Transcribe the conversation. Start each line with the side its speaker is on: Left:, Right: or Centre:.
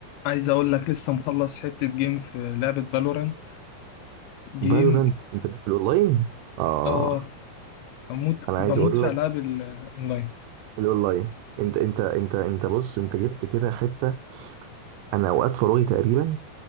Left: عايز اقول لك لسه مخلص حتة جيم في لعبة فالورانت جيم
Right: فالورانت انت ليك في الاونلاين اه
Left: اه بموت
Right: انا
Left: بموت
Right: عايز اقول
Left: في
Right: لك
Left: العاب الاونلاين
Right: الاونلاين انت انت انت انت بص انت جبت كده حته انا اوقات فراغي تقريبا